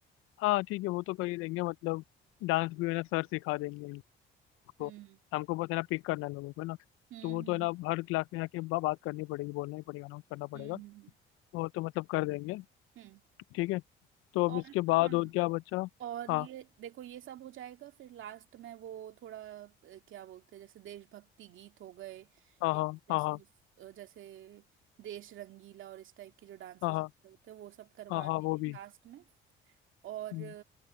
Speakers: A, on the left (about 80°); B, on the right (about 65°).
A: हाँ ठीक है वो तो कर ही देंगे मतलब डांस भी है ना सर सिखा देंगे इनको
B: हम्म
A: हमको बस है ना पिक करना है लोगों को है ना
B: हम्म
A: तो वो तो है ना हर क्लास में जाके बा, बात करनी पड़ेगी बोलना ही पड़ेगा अनाउंस करना पड़ेगा
B: हम्म हम्म
A: वो तो मतलब कर देंगे
B: हम्म, हम्म।
A: ठीक है तो
B: और
A: अब इसके बाद
B: हाँ
A: और क्या बच्चा
B: और
A: हाँ
B: ये देखो ये सब हो जाएगा फिर लास्ट में वो थोड़ा अ, क्या बोलते हैं जैसे देशभक्ति गीत हो गए
A: हाँ
B: या
A: हाँ
B: थोड़ा
A: हाँ
B: सा
A: हाँ
B: उस- अ, जैसे देश रंगीला और इस टाइप के जो डांसेस
A: हाँ हाँ
B: होते हैं वो सब करवाने
A: हाँ हाँ वो
B: हैं
A: भी
B: लास्ट में और
A: हम्म,